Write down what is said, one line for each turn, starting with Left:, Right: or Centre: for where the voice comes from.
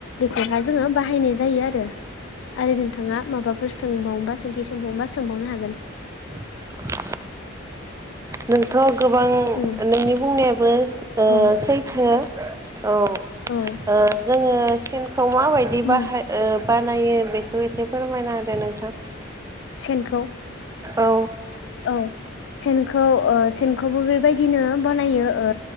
Left: बेखौहाय जोङो बाहायनाय जायो आरो। आरो नोंथाङा माबाफोर सोंबावनोबा सोंथि सोंबावनोबा सोंबावनो हागोन
Right: <inaudible> <inaudible> नोंथ' गोबां
Left: उम
Right: नोंनि बुंनायाबो ओ
Left: औ
Right: सैथो औ ओ
Left: औ
Right: जोङो सेनखौ माबायदि
Left: उम
Right: बाहाय ओ बानायो बेखौ एसे फोरमायना होदो नोंथां
Left: सेनखौ
Right: औ
Left: औ सेनखौ ओ सेनखौबो बेबायदिनो बानायो ओ